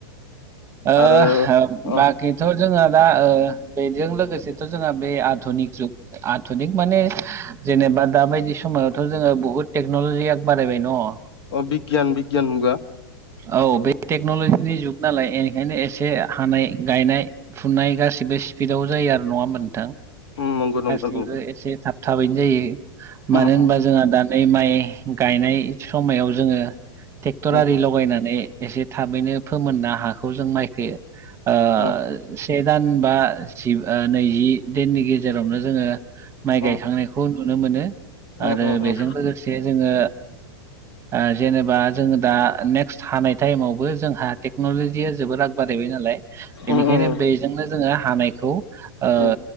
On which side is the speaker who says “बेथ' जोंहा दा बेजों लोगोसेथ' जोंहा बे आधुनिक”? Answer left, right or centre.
Right